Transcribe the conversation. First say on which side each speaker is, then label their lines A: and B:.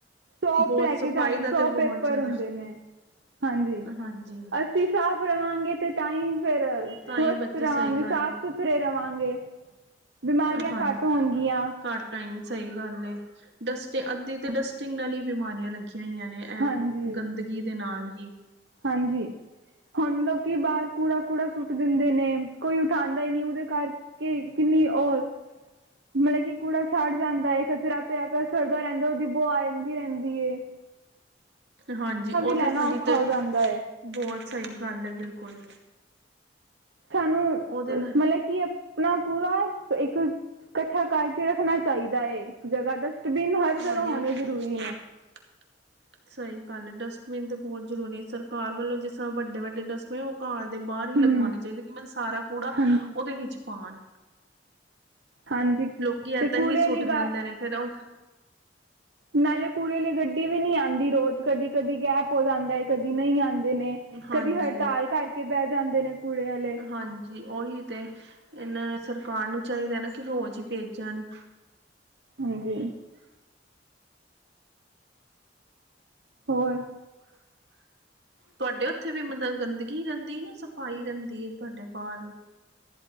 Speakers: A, on the right (about 80°); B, on the right (about 70°).
A: ਸੌ
B: ਬਹੁਤ
A: ਲੈ
B: ਸਫ਼ਾਈ
A: ਕੇ ਜਾਂ
B: ਦਾ
A: ਸੌ
B: ਤੇ ਬਹੁਤ
A: ਪੇਪਰ
B: ਜ਼ਿਆਦਾ
A: ਹੁੰਦੇ ਨੇ। ਹਾਂਜੀ।
B: ਹਾਂਜੀ
A: ਅਸੀਂ ਸਾਫ਼ ਰਵਾਂਗੇ ਤੇ ਟਾਈਮ ਫਿਰ
B: ਤਾਂ
A: ਸਵਸਥ
B: ਹੀ ਬੱਚੇ ਸਹੀ
A: ਰਹਾਂਗੇ
B: ਗੱਲ
A: ਸਾਫ-
B: ਹੈ
A: ਸੁਥਰੇ ਰਵਾਂਗੇ। ਬਿਮਾਰੀਆਂ
B: ਹਾਂਜੀ।
A: ਘੱਟ ਹੋਣਗੀਆਂ
B: ਘਰ ਡਇੰਗ ਸਹੀ ਗੱਲ ਐ। ਡਸਟ ਅੱਧੀ ਤੇ ਡਸਟਿੰਗ ਨਾਲ ਹੀ ਬਿਮਾਰੀਆਂ ਲੱਗੀਆਂ ਹੋਈਆਂ ਨੇ। ਐ
A: ਹਾਂਜੀ
B: ਗੰਦਗੀ ਦੇ ਨਾਲ ਹੀ
A: ਹਾਂਜੀ। ਹੁਣ ਲੋਕੀ ਬਾਹਰ ਕੂੜਾ- ਕੂੜਾ ਸੁੱਟ ਦਿੰਦੇ ਨੇ। ਕੋਈ ਉਠਾਉਂਦਾ ਹੀ ਨਹੀਂ। ਉਹਦੇ ਘਰ ਕਿ ਕਿੰਨੀ ਹੋਰ ਮਤਲਬ, ਕਿ ਕੂੜਾ ਸੜ ਜਾਂਦਾ ਏ ਕਚਰਾ ਪਿਆ ਪਿਆ, ਸੁੜਦਾ ਰਹਿੰਦਾ। ਉਹਦੀ ਬੁਆ ਆਦੀ ਰਹਿੰਦੀ ਏ।
B: ਹਾਂਜੀ, ਉਹਦੇ
A: ਲੈਣਾ
B: ਨਾਲੀ
A: ਔਖਾ
B: ਤੇ
A: ਹੋ ਜਾਂਦਾ ਹੈ
B: ਬਹੁਤ ਸਹੀ ਗੱਲ ਹੈ। ਬਿਲਕੁਲ
A: ਸਾਨੂੰ,
B: ਉਹਦੇ ਨਾਲ
A: ਮਤਲਬ ਕਿ ਆਪਣਾ ਪੂਰਾ, ਇੱਕ ਇਕੱਠਾ ਕਰਕੇ ਰੱਖਣਾ। ਚਾਹੀਦਾ ਹੈ, ਜਗ੍ਹਾ ਡਸਟਬਿਨ ਹਰ ਜਗ੍ਹਾ
B: ਹਾਂਜੀ
A: ਹੋਣੇ, ਜ਼ਰੂਰੀ ਨੇ
B: <inaudible> ਸਹੀ ਗੱਲ ਹੈ। ਡਸਟਬਿਨ ਤਾਂ ਬਹੁਤ ਜ਼ਰੂਰੀ ਸਰਕਾਰ ਵੱਲੋਂ, ਜਿਸ ਤਰ੍ਹਾਂ ਵੱਡੇ ਵੱਡੇ ਡਸਟਬਿਨ। ਘਰ ਦੇ ਬਾਹਰ ਹੀ ਲਗਵਾਉਣੇ
A: ਹੂੰ
B: ਚਾਹੀਦੇ, ਕਿ ਮੈਨੂੰ ਸਾਰਾ ਕੂੜਾ,
A: ਹਾਂਜੀ
B: ਉਹਦੇ ਵਿੱਚ ਪਾਉਣ।
A: ਹਾਂਜੀ
B: ਲੋਕੀ ਏਦਾਂ
A: ਤੇ ਕੂੜੇ
B: ਹੀ ਸੁੱਟ
A: ਵਾਲੀ ਗਾ
B: ਜਾਂਦੇ ਨੇ, ਫਿਰ ਉਹ
A: ਨਾਲੇ ਕੂੜੇ ਲਈ ਗੱਡੀ ਵੀ ਨਹੀਂ ਆਂਦੀ ਰੋਜ਼, ਕਦੀ- ਕਦੀ ਗੈਪ ਹੋ ਜਾਂਦਾ, ਕਦੀ ਨਹੀਂ ਆਂਦੇ ਨੇ।
B: ਹਾਂਜੀ
A: ਕਦੀ ਹੜਤਾਲ ਕਰਕੇ ਬਹਿ ਜਾਂਦੇ ਨੇ ਕੂੜੇ ਆਲੇ।
B: ਹਾਂਜੀ, ਉਹੀ ਤੇ ਇਹਨਾਂ ਨੇ ਸਰਕਾਰ ਨੂੰ ਚਾਹੀਦਾ ਨਾ, ਕਿ ਰੋਜ਼ ਹੀ ਭੇਜਣ।
A: ਹਾਂਜੀ, ਹੋਰ
B: ਤੁਹਾਡੇ ਉੱਥੇ ਵੀ ਮਤਲਬ ਗੰਦਗੀ ਰਹਿੰਦੀ, ਜਾਂ ਸਫ਼ਾਈ ਰਹਿੰਦੀ ਐ ਤੁਹਾਡੇ ਬਾਹਰ।